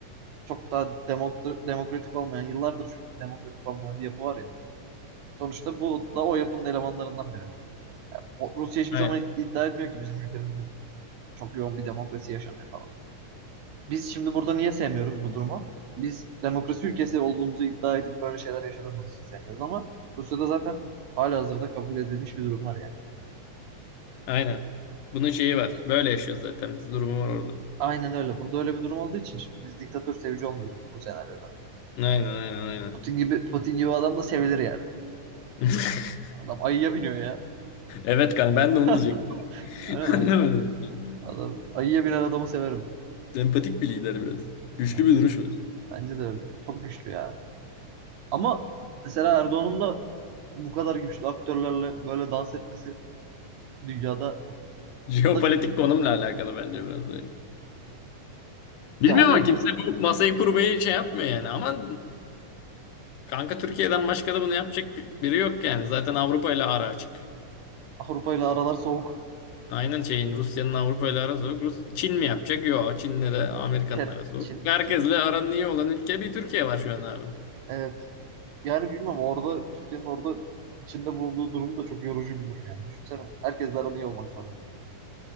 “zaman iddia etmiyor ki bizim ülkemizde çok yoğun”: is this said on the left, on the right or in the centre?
Right